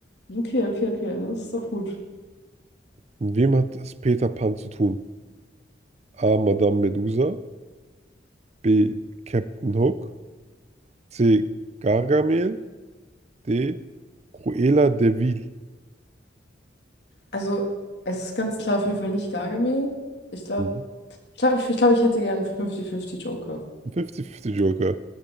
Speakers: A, on the left (about 65°); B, on the right (about 35°).
A: Okay, okay, okay, das ist doch gut.
B: Mit wem hat es Peter Pan zu tun? A. Madame Medusa. B. Captain Hook. C. Gargamel. D. Cruella de Vil.
A: Also, es ist ganz klar auf jeden Fall nicht Gargamel. Ich glaube,
B: Mhm.
A: ich glaube, ich, ich, glaub, ich hätte gern fünfzig fünfzig Joker.
B: Ein 50-50 Joker.